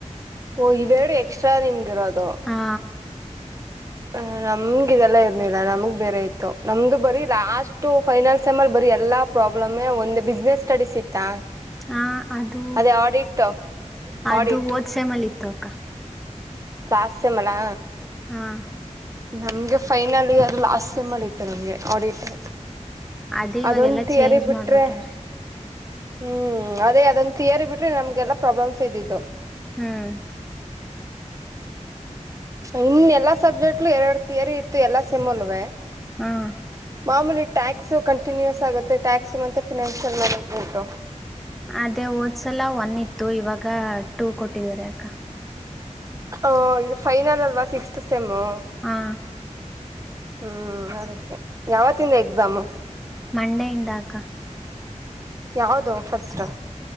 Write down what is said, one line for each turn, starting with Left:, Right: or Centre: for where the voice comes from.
Right: ಓಹ ಇವೆರಡು ಎಕ್ಸ್ಟ್ರಾ ನಿಮ್ಗೆ ಇರೋದು
Centre: ಹಾ
Right: ಹ ನಮ್ಗ ಇದೆಲ್ಲ ಇರಲಿಲ್ಲ ನಮಗ ಬೇರೆ ಇತ್ತು. ನಮ್ದು ಬರೀ ಲಾಸ್ಟ್ ಫೈನಲ್ ಸೆಮ ಬರಿ ಎಲ್ಲಾ. ಪ್ರಾಬ್ಲಮ್ಮೆ ಒಂದು ಬಿಸ್ನೆಸ್ ಸ್ಟಡೀಸ್ ಇತ್ತಾ.
Centre: ಹಾ ಅದು
Right: ಅದೇ ಆಡಿಟ್
Centre: ಅದು
Right: ಆಡಿಟ್
Centre: ಹೋದ ಸೇಮಲ್ಲಿ ಇತ್ತು ಅಕ್ಕ.
Right: ಲಾಸ್ಟ ಸೇಮ್ ಅಲಾ?
Centre: ಹಾ
Right: ನಮಗೆ ಫೈನಲ ಇಯರ್ ಲಾಸ್ಟ್ ಸಮಲ್ಲಿ ಇತ್ತು ನಮಗೆ ಆಡಿಟು.
Centre: ಅದೇ ಇವಾಗೆಲ್ಲಾ
Right: ಅದೊಂದು ಥಿಯರಿ
Centre: ಚೇಂಜ್
Right: ಬಿಟ್ರೆ
Centre: ಮಾಡ್ಬಿಟ್ಟವ್ರೆ
Right: ಹ್ಮ್ ಅದೇ ಅದು ಒಂದು ಥಿಯರಿ ಬಿಟ್ರಿ ನಮ್ಗೆಲ್ಲಾ ಪ್ರಾಬ್ಲಮ್ಸ್ ಇದ್ದಿದ್ದು.
Centre: ಹ್ಮ್
Right: ಇನ್ ಎಲ್ಲಾ ಸಬ್ಜೆಕ್ಟ್ಲು ಎರಡು ಥಿಯರಿ ಇತ್ತು ಎಲ್ಲಾ ಸೆಮ್ಮ್ ಅಲ್ಲವೇ
Centre: ಹಾ
Right: ಮಾಮೂಲಿ ಟ್ಯಾಕ್ಸ್ ಕಂಟಿನ್ಯೂಸ್ ಆಗುತ್ತೆ. ಟ್ಯಾಕ್ಸ್ ಮತ್ತೆ ಫಿನಸಿಯಲ್ ಮಾಂಗೇಜ್ಮೆಂಟ್.
Centre: ಅದೇ ಓದ್ಸಲ ಒನ ಇತ್ತು, ಇವಾಗ ಟೂ ಕೊಟ್ಟಿದಿದ್ದಾರೆ ಅಕ್ಕ.
Right: ಹ ಇದು ಫೈನಲ್ ಅಲ್ವಾ ಸಿಕ್ಸ್ತ ಸೆಮ್ಮು
Centre: ಹಾ
Right: ಹ್ಮ್ ಅದಕ್ಕೆ ಯಾವತ್ತಿಂದ ಎಕ್ಸಾಮು?
Centre: ಮಂಡೆ ಇಂದ ಅಕ್ಕಾ.
Right: ಯಾವುದು ಫಸ್ಟ್